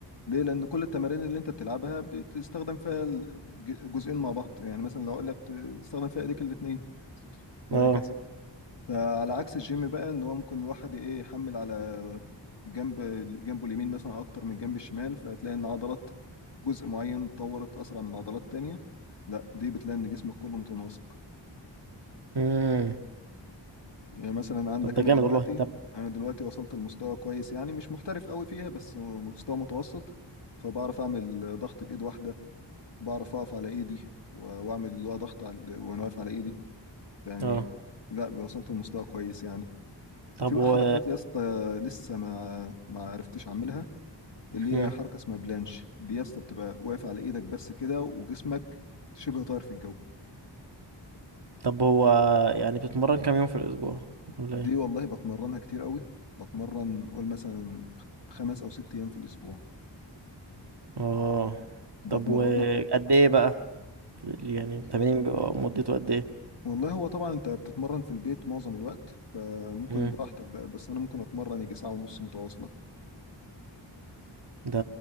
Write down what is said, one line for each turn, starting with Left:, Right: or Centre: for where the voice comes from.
Left: ليه لان كل التمارين اللي انت بتلعبها بتستخدم فيها الجزئين مع بعض يعني مثلا لو قلت بتستخدم فيها ايديك الاثنين وهكذا
Right: اه
Left: فعلى عكس الجيم بقى ان هو ممكن الواحد ايه يحمل على جنب جنبه اليمين مثلا اكتر من جنب الشمال فهتلاقي ان عضلات جزء معين اتطورت اسرع من عضلات تانية لا دي بتلاقي ان جسمك كله متناسق
Right: امم
Left: يعني مثلا عندك
Right: طب ده
Left: انا
Right: جامد
Left: دلوقتي
Right: والله طب
Left: انا دلوقتي وصلت لمستوى كويس يعني مش محترف قوي فيها بس مستوى متوسط فبعرف اعمل ضغط بايد واحده بعرف اقف على ايدي و- واعمل اللي هو ضغط على وانا واقف على ايدي يعني
Right: اه
Left: لا وصلت لمستوى كويس يعني
Right: طب
Left: في بقى
Right: و
Left: حركات يا اسطى لسه ما ما عرفتش اعملها اللي
Right: مم.
Left: هي حركه اسمها بلانش دي يا اسطى بتبقى واقف على ايدك بس كده وجسمك شبه طاير في الجو
Right: طب هو يعني بتتمرن كام يوم في الأسبوع ولا
Left: دي
Right: ايه؟
Left: والله بتمرنها كتير قوي بتمرن قول مثلا خمس او ست ايام في الاسبوع
Right: اه
Left: بتمرنها
Right: طب وقد ايه بقى؟ يعني التمرين بيبقى مدته قد ايه؟
Left: والله هو طبعا انت بتتمرن في البيت معظم الوقت فممكن
Right: مم.
Left: براحتك بقى بس انا ممكن اتمرن يجي ساعة ونص متواصلة
Right: ده